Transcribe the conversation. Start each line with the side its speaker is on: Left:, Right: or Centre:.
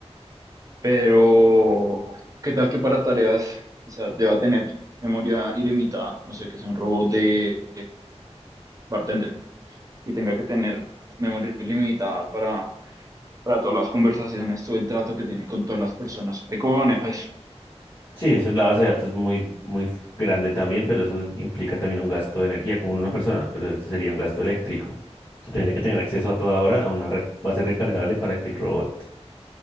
Right: pero ¿qué tal que para tareas, o sea, te va a tener memoria ilimitada? No sé, que sea un robot de bartender. y tenga que tener memoria limitada para, para todas las conversaciones, todo el trato que tiene con todas las personas. ¿De cómo manejo eso?
Left: Sí, eso es la base de datos muy, muy f- grande también, pero eso implica también un gasto de energía como en una persona, pero este sería un gasto eléctrico. O sea, tendría que tener acceso a toda hora a una re- base recargable para que el robot